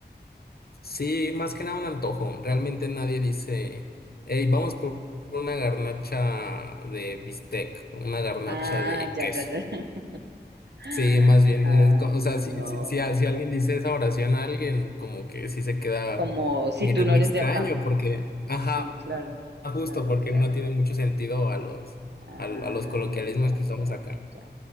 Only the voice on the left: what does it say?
sí, más que nada un antojo. Realmente nadie dice, hey, vamos por por una garnacha de bistec, una garnacha
de
queso.
Sí, más bien,
es co- o sea, si,
si, si a- si alguien dice esa oración a alguien, como que sí se queda
mirando
extraño,
porque, ajá,
justo
porque
no tiene mucho sentido a los,
a, a los coloquialismos
que usamos
acá.